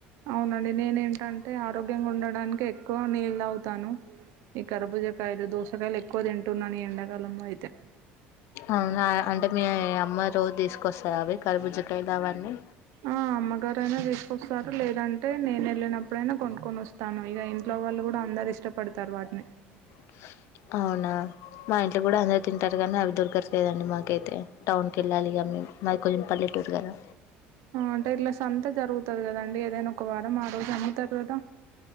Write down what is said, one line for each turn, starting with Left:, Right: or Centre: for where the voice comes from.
Right: అవునండి నేనేంటంటే ఆరోగ్యంగా ఉండడానికి ఎక్కువ నీళ్లు తాగుతాను ఈ కరుబుజ కాయలు దోస్ కాయలు ఎక్కువ తింటున్నాను ఈ ఎండాకాలము అయితే,
Left: అవునా అంటే మీ అమ్మె రోజు తీసుకొస్తదా, అవి కరుబుజ్జకాయలు అవన్నీ
Right: ఆ అమ్మగారైనా తీసుకొస్తారు లేదంటే, నేను వెళ్ళినప్పుడైనా కొనుక్కొని వస్తాను, ఇక ఇన్ ఇంట్లో వాళ్ళు కూడా అందరు ఇష్టపడతారు, వాటిని
Left: <unintelligible> అవునా మా ఇంట్లో కూడా అందరు తింటారు, కానీ అవి దొరకట్లేవు మాకైతే టౌన్కి వెళ్ళాలిగా మాది కొంచెం పల్లెటూరు కదా
Right: అంటే ఇట్లా సంత జరుగుతది. కదండి ఏదైనా ఒక వారం ఆ రోజు అమ్ముతారు కదా